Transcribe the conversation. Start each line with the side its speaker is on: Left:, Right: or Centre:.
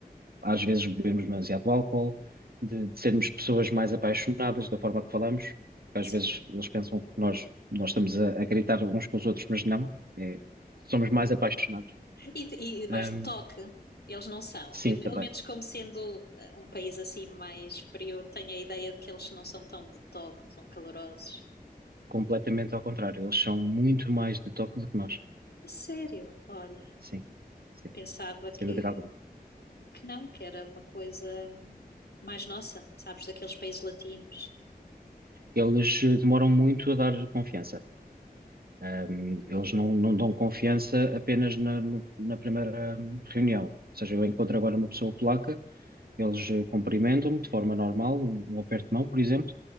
Right: às vezes bebermos demasiado álcool, de, de sermos pessoas mais apaixonadas da forma que falamos, porque
Left: sim.
Right: às vezes eles pensam que nós, nós estamos a, a gritar uns com os outros, mas não, é, somos mais apaixonados.
Left: E, e mais
Right: Hum,
Left: de toque, eles não são.
Right: sim,
Left: Eu, pelo
Right: também.
Left: menos, como sendo eh, um país assim mais frio, tenho a ideia de que eles não são tão de toque, são calorosos.
Right: completamente ao contrário. Eles são muito mais detox do que nós.
Left: A Sério, olha,
Right: Sim, sim,
Left: pensava que,
Right: sem dúvida alguma.
Left: que não, que era uma coisa hum, mais nossa, sabes, daqueles países latinos.
Right: Eles eh, demoram muito a dar confiança. Ahm, eles não, não dão confiança apenas na, no- na primeira hum, reunião. Ou seja, eu encontro agora uma pessoa polaca, eles eh, cumprimentam-me de forma normal, um, um aperto de mão, por exemplo,